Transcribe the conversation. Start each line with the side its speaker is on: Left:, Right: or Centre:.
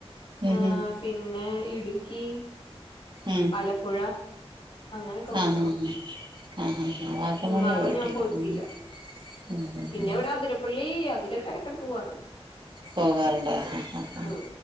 Right: ഉം
Left: ഏഹ്
Right: ഉം
Left: പിന്നെ ഇ ഇടുക്കി
Right: ഉം
Left: ആലപ്പുഴ. അങ്ങനെയൊക്കെ പോയിട്ടൊള്ളൂ.
Right: ആഹ് ആഹ് ആഹ് വാഗമണ്ണ്
Left: മൂന്നാറും
Right: പോയിട്ടില്ല
Left: ഞാൻ പോയ്റ്റില്ല
Right: ഉം ഉം
Left: പിന്നെ
Right: ഉം
Left: ഇവിടെ അതിരപ്പള്ളി ഇതിലൊക്കെടക്കെടക്ക് പോകാറുണ്ട്.
Right: പോകാറുണ്ട് ആഹ് ആഹ് ആഹ്
Left: ഉം